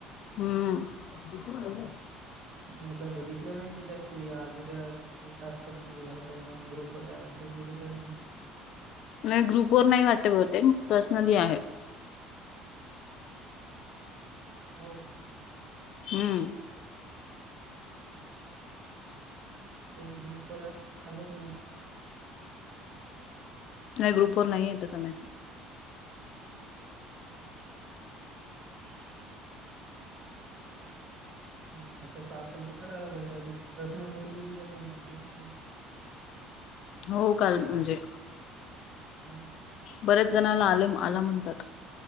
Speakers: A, on the left; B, on the right.
A: हम्म.
B: मी काय बघितलं नाही त्याच्यात की आज उद्या टास्क कम्प्लीट झाला पाहिजे म्हणून ग्रुप वर काय मेसेज बघितलाय तुम्ही?
A: नाही ग्रुप वर नाही वाटते बहुतेक पर्सनली आहे.
B: हो का?
A: हम्म.
B: तेच ग्रुप वर आलच नाही.
A: नाही ग्रुप वर नाही येत त्याचा मे
B: <unintelligible> हा का तसं असेल तर करायला लागेल काय बी प्रर्सनल नोटिफिकेशन पण नाही आली ना.
A: हो काल म्हणजे
B: ह.
A: बरेच जणला आले आला म्हणतात.